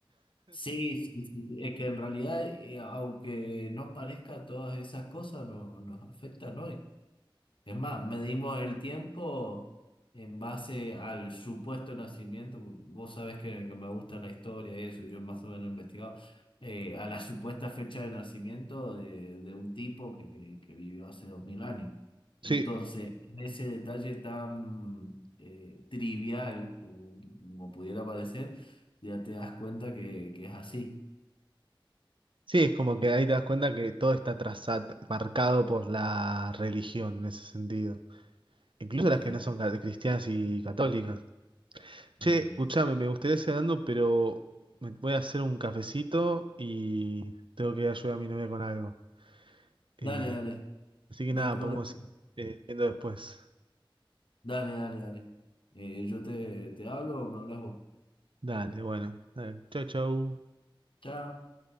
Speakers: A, on the left; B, on the right.
A: Sí, sí, sí, sí, Es que en realidad, eh, aunque no parezca todas esas cosas, no, nos afectan, ¿no? Es más, medimos el tiempo en base al supuesto nacimiento. Vos sabés que, que me gusta la historia y eso, y yo más o menos he investigado. eh, a la supuesta fecha de nacimiento de, de un tipo que, que vivió hace dos mil años.
B: Sí,
A: Entonces, en ese detalle tan eh, trivial como, como pudiera parecer, ya te das cuenta que, que es así.
B: Sí, es como que ahí te das cuenta que todo está trazado, marcado por la religión en ese sentido. Incluso las
A: Sí.
B: que no son ca- cristianas y católicas. Che,
A: Ujú.
B: escuchame, me gustaría seguir hablando, pero me voy a hacer un cafecito y tengo que ayudar a mi novia con algo. Eh,
A: Dale, dale.
B: Así que
A: No
B: nada,
A: hay problema.
B: podemos ir eh, viendo después.
A: Dale, dale, dale. Eh, yo te, te hablo o me hablas vos.
B: Dale, bueno. Dale. Chau, chau.
A: Chao.